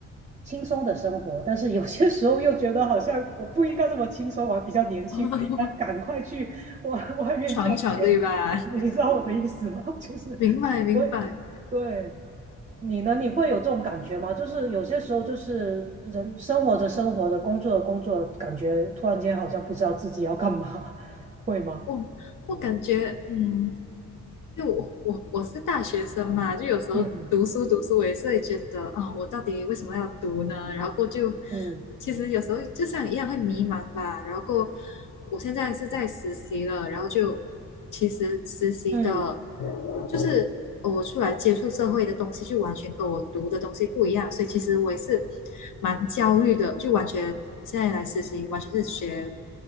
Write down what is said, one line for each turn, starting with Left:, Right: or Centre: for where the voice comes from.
Right: 轻松的生活，但是有些时候又觉得好像我不应该这么轻松，我还比较年轻，
Left: <laughs>
Right: 我应该赶快去外 <laughs> 外面赚钱。
Left: 闯一闯，对吧？
Right: <laughs> 你知道我的意思吗？<laughs> 就是我，
Left: 明白明白，
Right: 对。你呢？你会有这种感觉吗？就是有些时候，就是人生活着生活着，工作着工作着感觉突然间好像不知道自己要干嘛，<laughs> 会吗？
Left: 我我感觉，嗯，因为我我我是大学生嘛，就有时候读书读书，
Right: 嗯
Left: 我也是会觉得啊、我到底为什么要读呢？然后过后就
Right: 嗯
Left: 其实有时候就像你一样会迷茫吧。然后过后我现在是在实习了，然后就其实实习的，
Right: 嗯
Left: 就是我出来接触社会的东西，就完全跟我读的东西不一样，所以其实我也是蛮焦虑的，就完全现在来实习，完全是学